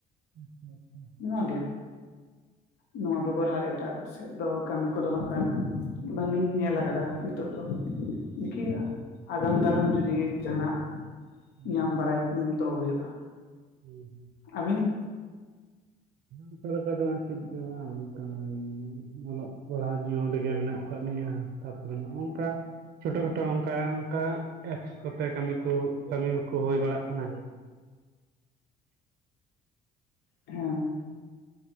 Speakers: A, on the right; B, on the left.
A: ᱟᱪᱪᱷᱟᱻ ᱟᱪᱪᱷᱟᱻ᱾
B: ᱱᱚᱣᱟ ᱜᱮ᱾ ᱱᱚᱣᱟ ᱵᱮᱜᱚᱨ ᱟᱨ ᱮᱴᱟᱜ ᱥᱮᱫ ᱫᱚ ᱠᱟᱹᱢᱤ ᱠᱚᱫᱚ ᱦᱟᱸᱜ ᱠᱷᱟᱱ, ᱵᱟᱝ ᱤᱧ ᱧᱮᱞ ᱠᱟᱫᱟ ᱱᱤᱛᱚᱜ ᱫᱚ᱾ ᱱᱤᱠᱤ ᱟᱜᱟᱢ ᱫᱟᱨᱟᱢ ᱡᱩᱫᱤ ᱡᱟᱦᱟᱸᱱᱟᱜ
A: ᱦᱩᱸ
B: ᱧᱟᱢ ᱵᱟᱲᱟᱭ ᱠᱷᱟᱱᱤᱧ ᱛᱚ ᱦᱳᱭᱳᱜᱼᱟ᱾
A: ᱦᱩᱸᱻ ᱦᱩᱸᱻ᱾
B: ᱟᱹᱵᱤᱱ?
A: ᱚᱱᱠᱟ ᱞᱮᱠᱟ ᱫᱚ ᱵᱟᱝ ᱪᱮᱫ ᱜᱮ ᱵᱟᱝ ᱚᱱᱠᱟ ᱮᱢᱱᱤ ᱚᱞᱚᱜ ᱯᱟᱲᱦᱟ ᱡᱤᱭᱚᱱ ᱨᱮᱜᱮ ᱢᱮᱱᱟᱜ ᱟᱠᱟᱜ ᱞᱮᱭᱟ ᱛᱟᱯᱚᱨᱮ ᱱᱚᱝᱠᱟ᱾ ᱪᱷᱳᱴᱳ ᱠᱷᱟᱴᱳ ᱚᱱᱠᱟ ᱚᱱᱠᱟ ᱮᱯᱥ ᱠᱚᱛᱮ ᱠᱟᱹᱢᱤ ᱠᱚ, ᱠᱟᱹᱢᱤ ᱠᱚ ᱦᱩᱭ ᱵᱟᱲᱟᱜ ᱠᱟᱱᱟ᱾
B: ᱦᱮᱸᱻ᱾